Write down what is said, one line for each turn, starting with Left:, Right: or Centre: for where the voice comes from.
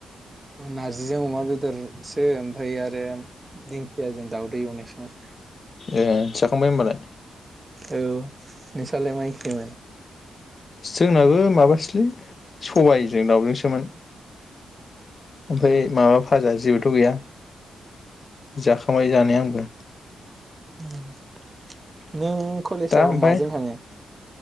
Right: नारजिजों अमा बेदरसो ओमफ्राय आरो दिंखियाजों दाउदै एवनाय सोमोन।
Left: ए जाखांबाय होनोबालाय?
Right: औ नोंसालाय मा ओंख्रि मोन?
Left: जोंनाबो माबासोलै सबायजों दाउजोंसोमोन। ओमफाय
Right: औ
Left: माबा फाजा जेबो थ' गैया? जाखांबाय जानाया आंबो।
Right: उम नों! कलेसाव
Left: दा ओमफ्राय
Right: माजों थांङो?